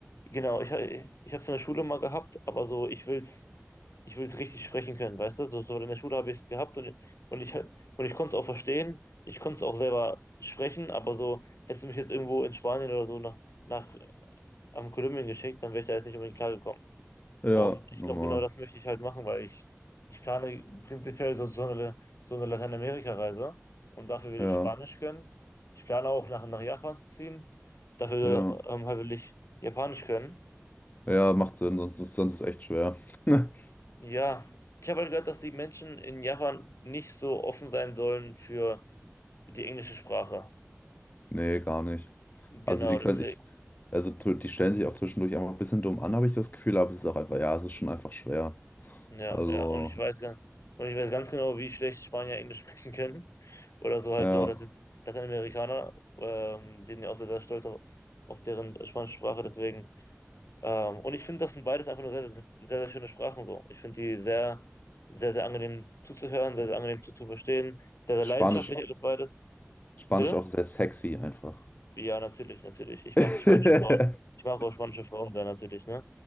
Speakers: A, on the left; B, on the left.
A: Genau, ich, ich habe es in der Schule mal gehabt, aber so, ich will's, ich will's richtig sprechen können, weißt du? So, so in der Schule habe ich es gehabt und, und ich, und ich konnte es auch verstehen, ich konnte es auch selber sprechen, aber so, hättest du mich jetzt irgendwo in Spanien oder so nach, nach am Kolumbien geschickt, dann wäre ich da jetzt nicht unbedingt klargekommen.
B: Ja,
A: Und ich
B: normal.
A: glaube, genau das möchte ich halt machen, weil ich, ich plane prinzipiell so, so eine, so eine Lateinamerika-Reise und dafür will
B: Ja,
A: ich Spanisch können. Ich plane auch nach, nach Japan zu ziehen, dafür
B: ja.
A: ähm, halt will ich Japanisch können.
B: Ja, macht Sinn, sonst ist, sonst ist echt schwer. <laughs>
A: Ja, ich habe halt gehört, dass die Menschen in Japan nicht so offen sein sollen für die englische Sprache.
B: Nee, gar nicht.
A: Genau,
B: Also die können
A: deswegen.
B: ich, also tu- die stellen sich auch zwischendurch einfach ein bisschen dumm an, habe ich das Gefühl, aber es ist auch einfach, ja, es ist schon einfach schwer.
A: Ja,
B: Also,
A: ja. Und ich weiß ganz, und ich weiß ganz genau, wie schlecht Spanier Englisch <laughs> sprechen können. Oder so halt
B: ja.
A: so, dass jetzt Lateinamerikaner, ähm, die sind ja auch sehr, sehr stolz auf, auf deren spanische Sprache, deswegen. Ähm, und ich finde, das sind beides einfach nur sehr, sehr, sehr, sehr schöne Sprachen so. Ich finde die sehr, sehr, sehr angenehm zuzuhören, sehr, sehr angenehm zuzuverstehen, sehr, sehr
B: Spanisch,
A: leidenschaftlich alles beides.
B: Spanisch
A: Bitte?
B: auch sehr sexy einfach.
A: Ja, natürlich, natürlich. Ich
B: <laughs>
A: mag spanische Frauen. Ich mag auch spanische Frauen sein, natürlich, ne?